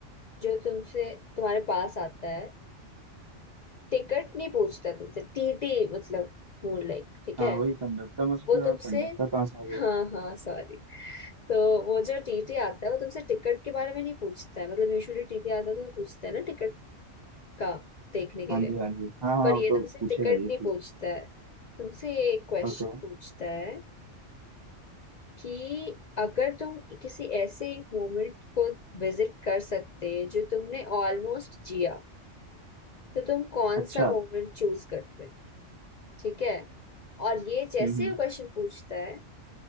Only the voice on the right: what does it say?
हाँ
वही कंडक्टर मैं सोच
रहा
कंडक्टर कहाँ से आ गया
हाँ
जी हाँ जी हाँ हाँ
वो
तो
पूछेगा
ये
ठीक
है
ओके
अच्छा
हम्म हम्म